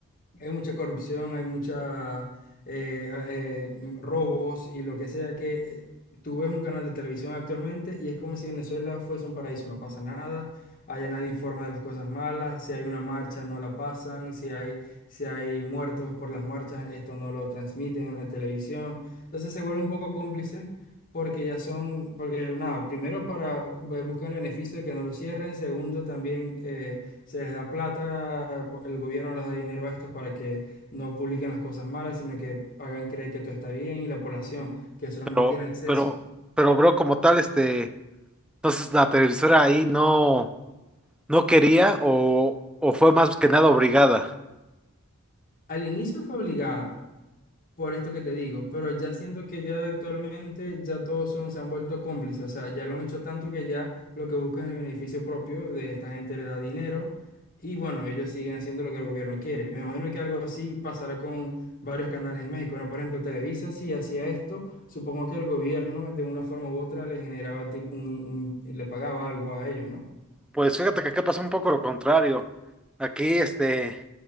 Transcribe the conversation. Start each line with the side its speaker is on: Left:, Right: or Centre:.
Left: hay mucha corrupción, hay mucha eh, a- eh, m- robos y lo que sea que eh, tú ves un canal de televisión actualmente y es como si Venezuela fuese un paraíso, no pasa nada, allá nadie informa de las cosas malas, si hay una marcha no la pasan, si hay, si hay muertos por las marchas, esto no lo transmiten en la televisión, entonces se vuelve un poco cómplice. Porque ya son, porque nada, primero para eh, buscar el beneficio de que no lo cierren, segundo también eh, se les da plata, el gobierno les da dinero a estos para que no publiquen las cosas malas, sino que hagan creer que todo está bien y la población, que solamente
Centre: Pero,
Left: tiene acceso.
Centre: pero, pero, bro, como tal, este, entonces la televisora ahí no, no quería o, o fue más que nada obligada.
Left: Al inicio fue obligada. por esto que te digo, pero ya siento que ya actualmente ya todos son, se han vuelto cómplices, o sea, ya lo han hecho tanto que ya lo que buscan es el beneficio propio de esta gente le da dinero y bueno, ellos siguen haciendo lo que el gobierno quiere. Me imagino que algo así pasará con varios canales en México, ¿no? Por ejemplo, Televisa si hacía esto, supongo que el gobierno de una forma u otra le generaba tipo un, un- le pagaba algo a ellos, ¿no?
Centre: Pues fíjate que acá pasó un poco lo contrario. Aquí, este,